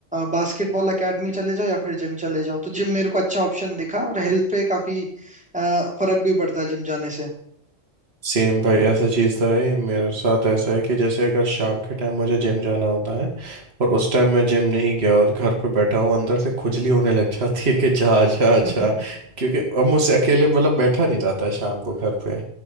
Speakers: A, in the centre; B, on the right.
A: बास्केटबॉल एकेडमी चले जाओ या फिर जिम चले जाओ तो जिम मेरे को अच्छा ऑप्शन दिखा और हेल्थ पे काफी अ, फर्क भी पड़ता है जिम जाने से
B: सेम भाई ऐसा चीज़ तो है ही। मेरे साथ ऐसा है कि जैसे अगर शाम के टाइम मुझे जिम जाना होता है और उस टाइम मैं जिम नहीं गया और घर पे बैठा हूँ अंदर से खुजली होने लग जाती है कि जा जा
A: <laughs>
B: जा क्योंकि अब मुझसे अकेले मतलब बैठा नहीं जाता है शाम को घर पे